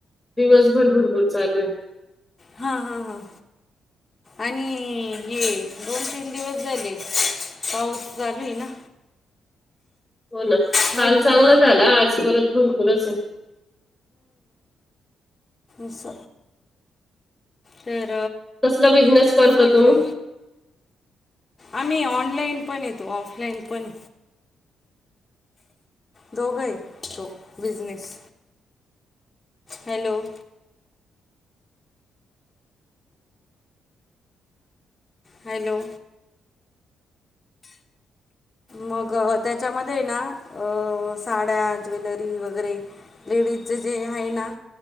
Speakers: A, in the centre; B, on the left (about 15°).
A: दिवसभर भरपूर चालू आहे.
B: हा-हा-हा. आणि ये दोन तीन दिवस झाले. पाऊस झालय ना.
A: हो ना
B: आहे
A: काल
B: की
A: चांगलं
B: नाही?
A: झाला आज परत भरपूरच आहे.
B: स. तर
A: कसला बिझनेस करता
B: तेच म्हटलं.
A: तुम्ही?
B: आम्ही ऑनलाईन पण येतो ऑफलाईन पण दोघय तो बिजनेस. Hello hello. मग त्याच्यामध्ये ना अ साड्या ज्वेलरी वगैरे. लेडीजच जे आहे ना